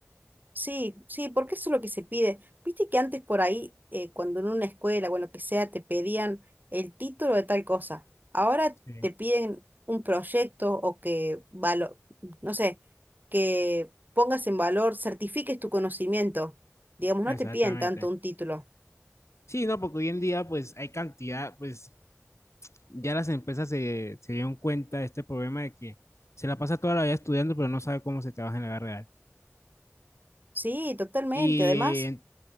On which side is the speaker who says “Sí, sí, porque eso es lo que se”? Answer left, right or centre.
Right